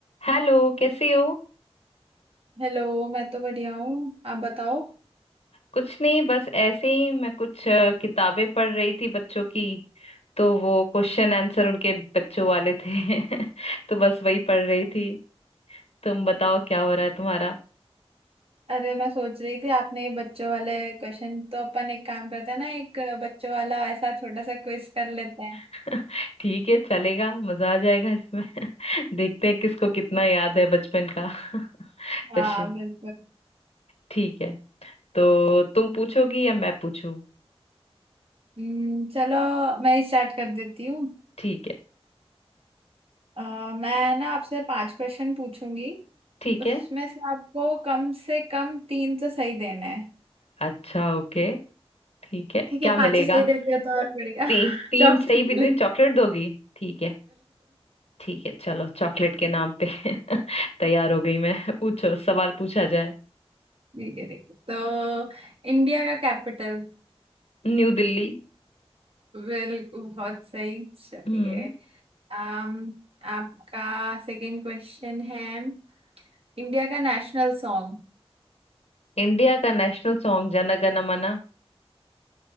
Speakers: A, on the left (about 80°); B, on the right (about 65°).
A: Hello कैसे हो
B: Hello मैं तो बढ़िया हूँ आप बताओ
A: कुछ नहीं बस ऐसे ही मैं कुछ अ, किताबें पढ़ रही थी बच्चों की तो वो क्वेश्चन आंसर उनके बच्चों वाले थे <laughs> तो बस वही पढ़ रही थी तुम बताओ क्या हो रहा है तुम्हारा
B: अरे मैं सोच रही थी आपने ये बच्चों वाले क्वेश्चन तो अपन एक काम करते हैं ना एक बच्चों वाला ऐसा छोटा सा क्विज कर लेते हैं
A: <laughs> ठीक है चलेगा मजा आ जाएगा इसमें <laughs> देखते हैं किसको कितना याद है बचपन का <laughs> क्वेश्चन
B: हाँ बिल्कुल
A: ठीक है तो तुम पूछोगी या मैं पूछूं
B: हम्म, चलो मैं स्टार्ट कर देती हूँ
A: ठीक है
B: अ, मैं ना आपसे पांच क्वेश्चन पूछूंगी
A: ठीक
B: उसमें
A: है
B: से आपको कम से कम तीन तो सही देना है
A: अच्छा ओके ठीक है
B: ठीक
A: क्या
B: है पांचों
A: मिलेगा
B: सही देते हैं तो और बढ़िया
A: ती,
B: <laughs>
A: तीन
B: चौक
A: सही
B: बिल्कुल
A: भी चॉकलेट दोगी ठीक है ठीक है चलो चॉकलेट के नाम पे <laughs> तैयार हो गई मैं पूछो सवाल पूछा जाए
B: ठीक है ठीक है। तो इंडिया का कैपिटल
A: न्यू दिल्ली
B: बिल्कुल बहुत सही चलिए
A: हम्म
B: um, आपका सेकंड क्वेश्चन है इंडिया का नेशनल सॉन्ग
A: इंडिया का नेशनल सॉन्ग जन गण मन